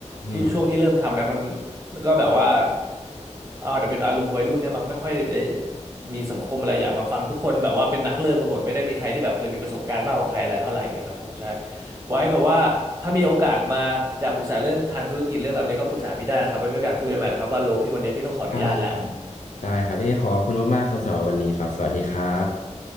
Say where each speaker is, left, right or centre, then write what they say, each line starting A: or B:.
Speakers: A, on the left; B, on the right.
A: อืม
B: ที่ช่วงที่เริ่มทำนะมันแล้วก็แบบว่าอ้าวแต่เป็นอารมณ์วัยรุ่นเนี่ยมันไม่ค่อยได้ได้มีสังคมอะไรอยากมาฟังทุกคนแบบว่าเป็นนักเริ่มกันหมดไม่ได้มีใครที่แบบเคยมีประสบการณ์มากกว่าใครอะไรเท่าไหร่เงี้ยครับผมใช่ ไว้แบบว่าถ้ามีโอกาสมาอยากปรึกษาเรื่องทางธุรกิจเรื่องอะไรแบบนี้ก็ปรึกษาพี่ได้นะครับไว้มีโอกาสคุยกันใหม่นะครับว่าโลพี่วันนี้พี่ต้องขออนุญาตแล้ว
A: ได้ได้ครับยังไงขอขอบคุณมากๆครับสำหรับวันนี้ครับสวัสดีครับ